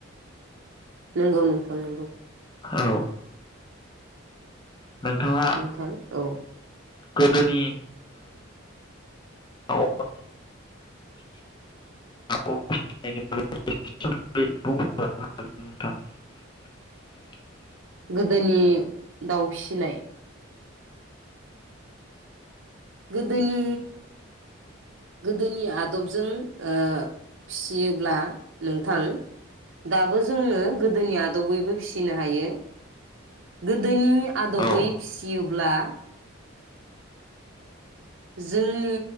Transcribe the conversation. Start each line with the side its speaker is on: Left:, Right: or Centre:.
Right: नंगौ नोंथां नंगौ
Left: औ नोंथाङा
Right: नोंथां औ
Left: गोदोनि ओ <unintelligible> <unintelligible>
Right: गोदोनि दाउ फिसिनाय गोदोनि गोदोनि आदबजों ओफिसियोब्ला नोंथां दाबो जोंनो गोदोनि आ दबैबो फिसिनो हायो गोदोनि आदबै
Left: औ
Right: फिसियो अब्ला जोंनि